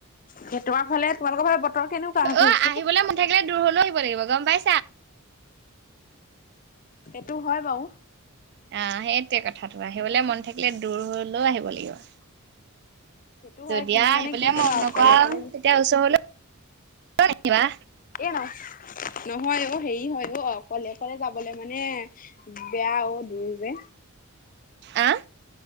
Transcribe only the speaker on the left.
সেই তোমাৰ ফালে তোমালোকৰ ফালে বতৰ কেনেকুৱা হৈ
আহিছে
সেইটো হয় বাৰু।
সেইটো হয়
কিন্তু
মানে কি ক'বা
অকলে
অকলে
অ', নহয় অ, হেৰি হয় অ, অকলে অকলে যাবলে মানে বেয়া অ, দূৰ যে।